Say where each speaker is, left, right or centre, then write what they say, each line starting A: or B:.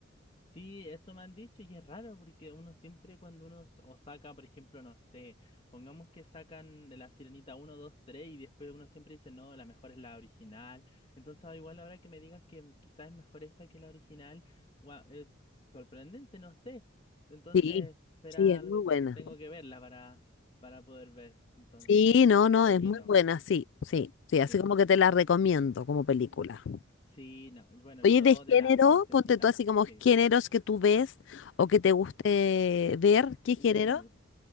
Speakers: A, on the left; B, on the left.
A: Sí, eso me han dicho y es raro porque uno siempre cuando uno s- o saca, por ejemplo, no sé, pongamos que sacan de la Sirenita uno, 2, 3 y después uno siempre dice, no, la mejor es la original. Entonces, ah, igual ahora que me digas que m- quizás es mejor esta que la original, guau, es sorprendente, no sé. Entonces,
B: Sí,
A: será
B: sí, es
A: algo
B: muy buena.
A: que tengo que verla para, para poder ver. Entonces,
B: Sí, no,
A: a ver
B: no,
A: qué
B: es
A: opino.
B: muy buena, sí, sí, sí, así
A: Sí,
B: como que te la recomiendo como película.
A: sí, no. Bueno,
B: Oye,
A: yo
B: de género,
A: de las princesitas,
B: ponte tú así como
A: sí.
B: géneros que tú ves o que te guste ver, ¿qué
A: Uh.
B: género?